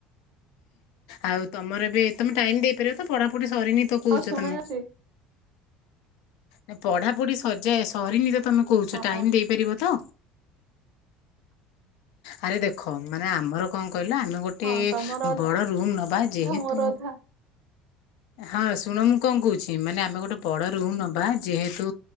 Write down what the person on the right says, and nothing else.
ହଁ ଶୁଣା
ଯାଉଛି।
ହଁ
ହଁ ତମର
ଅଧା ମୋର ଅଧା